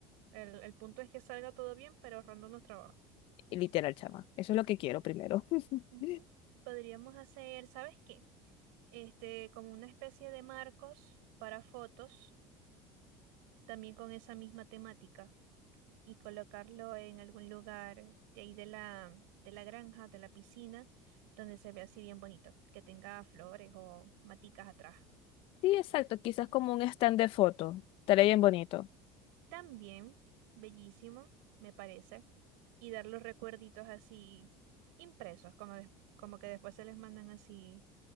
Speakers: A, on the right (about 80°); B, on the left (about 60°).
A: El, el punto es que salga todo bien, pero ahorrándonos trabajo.
B: Y Literal, chama. Eso es lo que quiero primero. <laughs>
A: Ujú. Podríamos hacer, ¿sabes qué? Este, como una especie de marcos para fotos, también con esa misma temática. y colocarlo en algún lugar de ahí de la, de la granja, de la piscina, donde se vea así bien bonito, que tenga flores o maticas atrás.
B: Sí, exacto. Quizás como un stand de foto. Estaría bien bonito.
A: También, bellísimo, me parece, y dar los recuerditos así impresos, como, des- como que después se les mandan así